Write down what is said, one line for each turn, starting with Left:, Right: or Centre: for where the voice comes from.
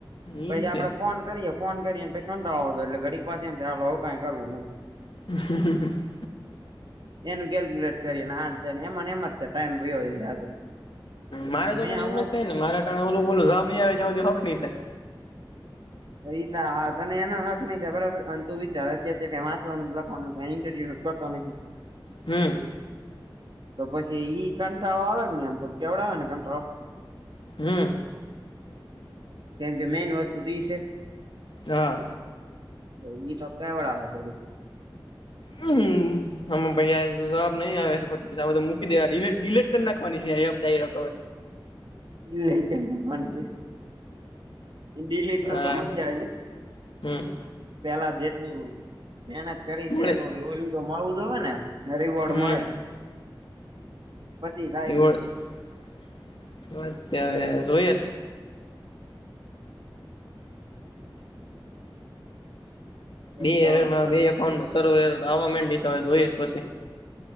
Left: ઈ
Right: પછી
Left: છે
Right: આપડે ફોન કરીએ. ફોન કરીને કંટાળો આવતો એટલે ઘડીક પાસુ એમ થાય હવે કઈ કરવું નથી.
Left: <unintelligible>
Right: એનું કેલ્ક્યુલેટ કરીએને આન તેમને એમ ને એમ જ થ ટાઈમ વયો જાય
Left: મારે સા
Right: મેં હમણાં
Left: એમ જ થાય ને મારે ઓલું ઓ જવાબ આવે ત્યાં સુધી હખ ની થાય.
Right: એ હા તને એનો હક નહીં છે બરાબર અંને તુ વિચાર અત્યારે કંઈ વાંચવાનું લખવાનું કાય ઇન્ટરવ્યુ નુ. કરતો નથી
Left: હમ્મ.
Right: તો પછી ઈ કંટાળો આવે ને આમ થો કેવડે આવે ને <unintelligible>
Left: હમ્મ.
Right: કેમ કે મેન વસ્તુ તો એ છે.
Left: હા.
Right: ભાઈ ઈ ચોક વાળા આવે છે <unintelligible>
Left: <unintelligible> હામાં ભાઈ જવાબ નઈ આવે <unintelligible> મૂકી દેવા ડીલેટ ડીલેટ કરી નાખવાની છે એપ ડાયરેક્ટ અવે
Right: <unintelligible> ડીલીટ નો
Left: હા
Right: તો હમજા <unintelligible>
Left: હમ
Right: પેલા જેટલું મહેનત કરી છે
Left: મળે
Right: એનું <unintelligible> તો મળવું જ હોય ને એમ. કીબોર્ડ
Left: હમ
Right: મળે. પછી થાય
Left: કીબોર્ડ હવે જોઈએ છે.
Right: હમ
Left: બે એરેર બે એકઉન્ટમાં <unintelligible> આવા મંડી સે હવે જોઈ એસ પછી